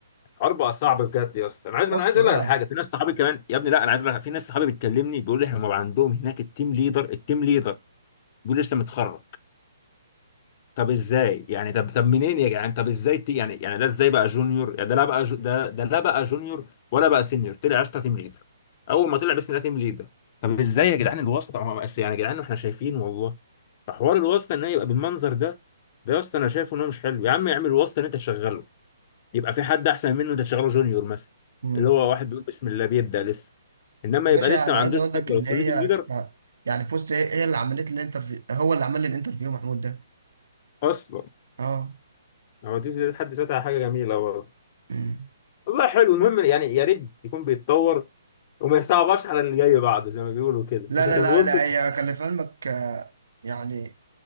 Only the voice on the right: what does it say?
ضغط
بقى
مم.
يا
باشا
انا
عايز اقول لك
ان
هي
اخت- يعني فزت هي هي اللي عملت لي الانترفيو هو اللي عمل لي الانترفيو محمود ده
اه
مم.
لا
لا
لا لا هي خلي في علمك آه، يعني